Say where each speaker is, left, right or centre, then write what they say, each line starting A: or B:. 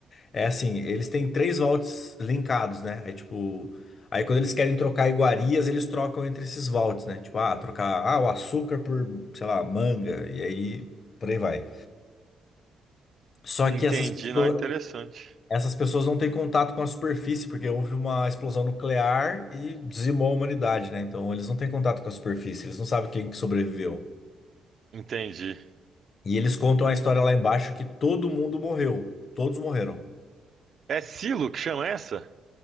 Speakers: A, on the left; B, on the right.
A: É assim, eles têm três vaults linkados, né? Aí tipo. Aí quando eles querem trocar iguarias, eles trocam entre esses vaults, né? Tipo, ah, trocar ah, o açúcar por, sei lá, manga. E aí por aí vai. Só
B: Entendi,
A: que essas Uhum. pessoas,
B: não é interessante.
A: Essas pessoas não têm contato com a superfície, porque houve uma explosão nuclear e dizimou a humanidade, né? Então eles não têm contato com a superfície, eles não sabem quem que sobreviveu.
B: Entendi.
A: E eles contam a história lá embaixo que todo mundo morreu. Todos morreram.
B: É Silo que chama essa?